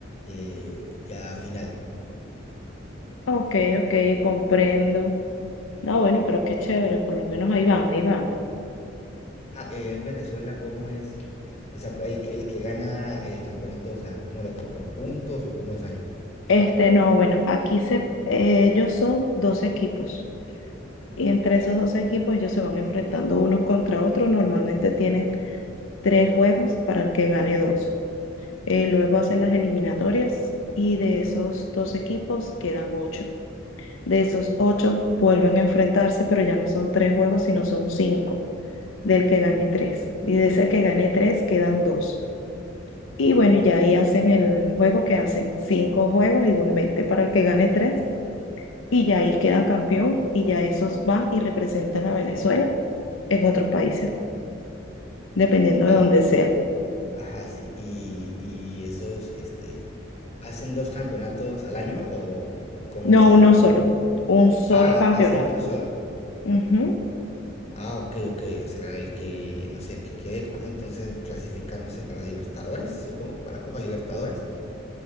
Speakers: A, on the left (about 35°); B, on the left (about 80°).
A: eh, ya final.
B: Ok, ok, comprendo. No, bueno, pero qué chévere, por lo menos ahí van, ahí van.
A: Ah, y en Venezuela, ¿cómo es? O sea, el, que- el que gana el campeonato, o sea, ¿cómo lo gana? ¿Por puntos o cómo es ahí?
B: Este, no, bueno, aquí se, eh, ellos son dos equipos y entre esos dos equipos ellos se van enfrentando unos contra otros. Normalmente tienen tres juegos para el que gane dos. Eh, luego hacen las eliminatorias y de esos dos equipos quedan ocho. De esos ocho vuelven a enfrentarse, pero ya no son tres juegos, sino son cinco, del que gane tres. Y de ese que gane tres quedan dos. Y bueno, y ya ahí hacen el juego que hacen cinco juegos igualmente para el que gane tres. Y ya ahí quedan campeón y ya esos van y representan a Venezuela en otros países, dependiendo de
A: Ah,
B: donde sea.
A: Ajá, sí. ¿Y, y esos, este, hacen dos campeonatos al año o, o cómo
B: No
A: es ahí?
B: uno solo, un solo
A: Ah,
B: campeonato.
A: hacen uno solo.
B: Ujú.
A: Ah, ok, ok. O sea, el que, no sé, el que quede campeón, entonces clasifica, no sé, para Libertadores, supongo, para Copa Libertadores.